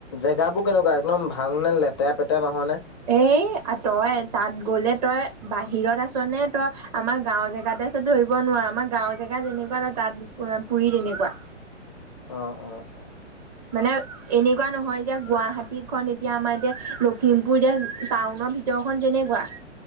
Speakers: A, on the left; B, on the right.
A: জেগাবোৰ কেনেকুৱা একদম ভাল নে? লেতেৰা পেতেৰা নহয় নে?
B: এ', তই তাত গ'লে তই বাহিৰত আছো নে তই আমাৰ গাঁওৰ জেগাতে ত', ধৰিব নোৱাৰো আমাৰ গাঁওৰ জেগা যেনেকুৱা ন তাত পুুৰি তেনেকুৱা
A: অ', অ, অ,
B: মানে এনেকুৱা নহয়, <unintelligible> গুৱাহাটীখন এতিয়া আমাৰ এতিয়া লখিমপুৰ এতিয়া টাউনৰ ভিতৰখন যেনেকুৱা <inaudible>